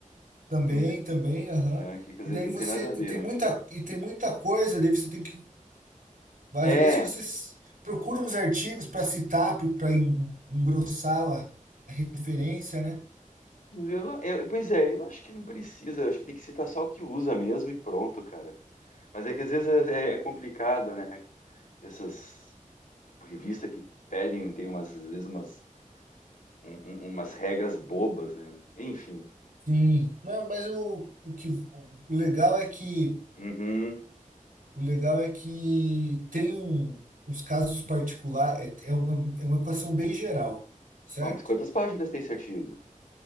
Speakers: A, on the right (about 80°); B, on the left (about 75°).
A: também,
B: que, não tem-
A: também, aham.
B: né? que, que às
A: E
B: vezes
A: daí
B: não
A: você
B: tem nada a
A: t-
B: ver,
A: tem
B: né?
A: muita, e tem muita coisa, daí você tem que Às
B: É.
A: vezes você s- procura uns artigos para citar, para engrossar a, a referência, né?
B: Eu, eu- pois é, eu acho que não precisa. Eu acho que tem que citar só o que usa mesmo e pronto, cara. Mas é que às vezes é, é é complicado, né? Essas. revista que pedem, tem umas, às vezes umas, um- um- umas regras bobas, né? Enfim.
A: Sim. Mas, mas o, o que o o legal é que
B: Uhum.
A: o legal é que tem um, uns casos particulares, é, é uma, é uma equação bem geral, certo?
B: Ó, mas quantas páginas tem esse artigo?